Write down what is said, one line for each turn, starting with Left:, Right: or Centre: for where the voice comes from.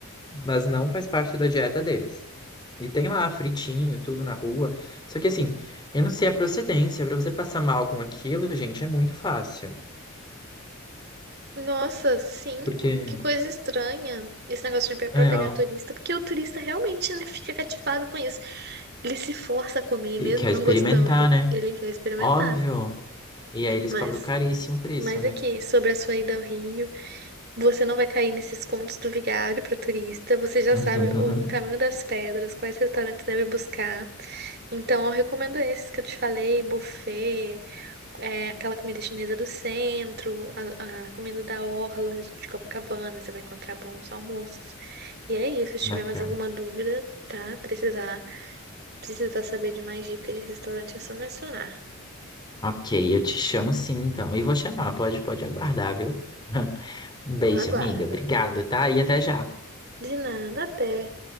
Left: mas não faz parte da dieta deles. E tem lá fritinho, tudo na rua. Só que assim, eu não sei a procedência, para você passar mal com aquilo, gente, é muito fácil.
Right: Nossa, sim.
Left: Porque,
Right: Que coisa estranha esse negócio de pe- pra
Left: é,
Right: pegar
Left: ó,
Right: turista, porque o turista realmente, né, fica cativado com isso. Ele se força a comer,
Left: e
Right: mesmo
Left: quer
Right: não
Left: experimentar,
Right: gostando.
Left: né?
Right: Ele quer experimentar.
Left: Óbvio. E aí eles
Right: Mas,
Left: cobram caríssimo por isso,
Right: mas
Left: né?
Right: aqui, sobre a sua ida ao Rio. Você não vai cair nesses contos do vigário para turista. Você já
Left: <laughs>
Right: sabe o caminho das pedras, quais restaurantes deve buscar. Então, eu recomendo esses que eu te falei: buffet, é, aquela comida chinesa do centro, a, a comida da orla de Copacabana. Você vai encontrar bons almoços. E é isso. Se
Left: Bacana.
Right: tiver mais alguma dúvida, tá? Precisar, precisar saber de mais dicas de restaurante, é só mencionar.
Left: Ok, eu te chamo sim, então. E vou chamar, pode, pode aguardar, viu? <laughs> Um beijo,
Right: Aguarda.
Left: amiga. Obrigado, tá? E até já.
Right: De nada, até.